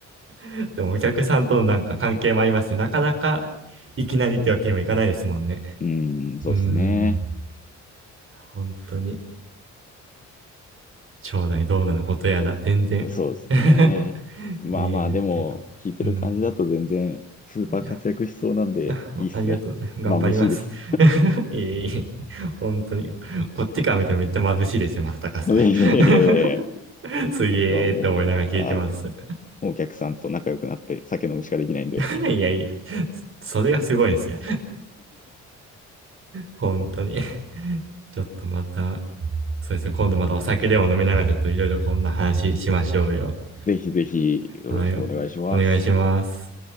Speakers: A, on the right; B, on the left.
A: ー、でもお客さんとのなんか関係もありますし、なかなかいきなりってわけにもいかないですもんね。
B: うん、そうですね。
A: うーん、本当に、将来どうなることやら、全然
B: そうですね。
A: <laughs>
B: まあまあ、
A: 見えないけど。
B: でも、聞いてる感じだと全然、
A: うん。
B: スーパー活躍しそうなんで、
A: いやいや、
B: いいっすね。
A: ありがとう。<laughs> 頑張ります。
B: 眩しいです。
A: <laughs> いえいえ、本当に。こっちから見てもめっちゃ眩しいですよ、正隆さん。
B: <laughs> いやいやいやいやいや、
A: <laughs> すげーって思いながら聞いてます。
B: 僕はもう、あの、お客さんと仲良くなって、酒飲むしかできないんで、
A: <laughs> いやいや、それがすごいんですよ。本当に。ちょっとまた、そうですね、今度またお酒でも飲みながらちょっといろいろこんな話しましょうよ。
B: ぜひぜひ、よろしくお願いします。
A: はい、お願いします。